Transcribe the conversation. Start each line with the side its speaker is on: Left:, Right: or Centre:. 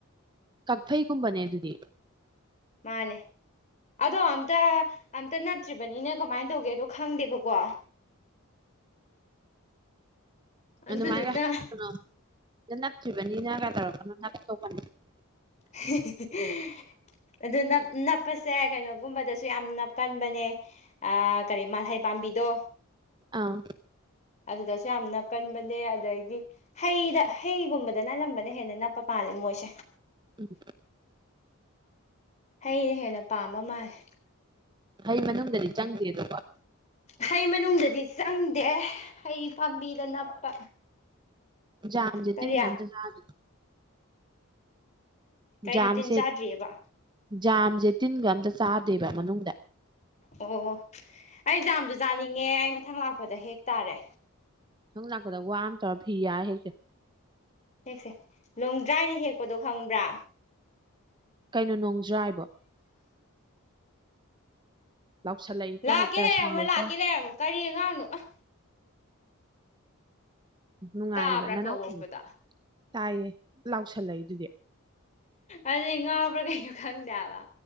Right: ꯀꯛꯐꯩꯒꯨꯝꯕꯅꯦ ꯑꯗꯨꯗꯤ
Left: ꯃꯥꯅꯦ ꯑꯗꯣ ꯑꯝꯇꯥ ꯑꯝꯇꯥ ꯅꯞꯇ꯭ꯔꯤꯕꯅꯤꯅ ꯀꯃꯥꯏꯟ ꯇꯧꯒꯦꯗꯣ ꯈꯪꯗꯦꯕꯀꯣ ꯑꯗꯨꯗꯨꯅ
Right: ꯑꯗꯨꯃꯥꯏꯅ ꯀꯩꯅꯣ ꯅꯞꯇ꯭ꯔꯤꯕꯅꯤꯅꯒ ꯇꯧꯔꯛꯀꯥꯅꯨ <unintelligible>
Left: <unintelligible> ꯑꯗꯨ ꯅꯞ ꯅꯞꯄꯁꯦ ꯀꯩꯅꯣꯒꯨꯝꯕꯗꯁꯨ ꯌꯥꯝ ꯅꯞꯀꯟꯕꯅꯦ ꯑꯥ ꯀꯔꯤ ꯃꯥꯜꯍꯩ ꯄꯥꯝꯕꯤꯗꯣ
Right: ꯑꯥ
Left: ꯑꯗꯨꯗꯁꯨ ꯌꯥꯝ ꯅꯞꯀꯟꯕꯅꯦ ꯑꯗꯒꯤ ꯍꯩꯗ ꯍꯩꯒꯨꯝꯕꯗ ꯑꯅꯝꯕꯅ ꯍꯦꯟꯅ ꯅꯞꯄ ꯄꯥꯜꯂꯦ ꯃꯣꯏꯁꯦ
Right: ꯎꯝ
Left: ꯍꯩꯅ ꯍꯦꯟꯅ ꯄꯥꯝꯕ ꯃꯥꯜꯂꯦ
Right: ꯍꯩ ꯃꯅꯨꯡꯗꯗꯤ ꯆꯪꯗꯦ ꯑꯗꯣ ꯀꯣ
Left: ꯍꯩ ꯃꯅꯨꯡꯗꯗꯤ ꯆꯪꯗꯦ ꯍꯩ ꯄꯥꯝꯕꯤꯗ ꯅꯞꯄ
Right: ꯖꯥꯝꯗꯤ
Left: ꯀꯔꯤ
Right: ꯇꯤꯟꯒ ꯑꯝꯇ ꯆꯥꯗꯦ
Left: ꯀꯩꯅꯣ
Right: ꯖꯥꯝꯁꯦ
Left: ꯇꯤꯟ ꯆꯥꯗ꯭ꯔꯤꯑꯕ
Right: ꯖꯥꯝꯁꯦ ꯇꯤꯟꯒ ꯑꯝꯇꯥ ꯆꯥꯗꯦꯕ ꯃꯅꯨꯡꯗ
Left: ꯑꯣ ꯑꯩ ꯖꯥꯝꯗꯨ ꯆꯥꯅꯤꯡꯉꯦ ꯑꯩ ꯃꯊꯪ ꯂꯥꯛꯄꯗ ꯍꯦꯛ ꯇꯥꯔꯦ
Right: ꯅꯪ ꯂꯛꯄꯗ ꯋꯥ ꯑꯃ ꯇꯧꯔ ꯐꯤ ꯌꯥꯔ ꯍꯦꯛꯁꯦ
Left: ꯍꯦꯛꯁꯦ ꯂꯣꯡ ꯗ꯭ꯔꯥꯏꯅ ꯍꯦꯛꯄꯗꯣ ꯈꯪꯕ꯭ꯔꯥ
Right: ꯀꯩꯅꯣ ꯅꯣꯡꯖ꯭ꯔꯥꯕꯣ ꯂꯥꯎꯁꯜꯂꯛꯏꯀꯣ
Left: ꯂꯥꯛꯀꯦ
Right: ꯍꯦꯛꯇꯥ
Left: ꯂꯩꯔꯝꯃꯣ
Right: ꯁꯥꯡꯉꯣꯏꯀꯣ
Left: ꯂꯥꯛꯀꯦ ꯂꯩꯔꯝꯃꯣ ꯀꯔꯤ ꯑꯉꯥꯡꯅꯣ ꯑꯥ
Right: ꯅꯨꯡꯉꯥꯏꯔꯤꯕ
Left: ꯇꯥꯕ꯭ꯔꯥ
Right: ꯅꯅꯥꯎꯄꯥꯔꯣ
Left: ꯀꯧꯔꯛꯄꯗꯣ
Right: ꯇꯥꯏꯌꯦ ꯂꯥꯎꯁꯜꯂꯛꯏꯗꯨꯗꯤ
Left: ꯑꯗꯨꯅꯦ ꯉꯥꯎꯕ꯭ꯔꯥ ꯀꯩꯅꯣ ꯈꯪꯗꯦ ꯍꯥꯏꯕ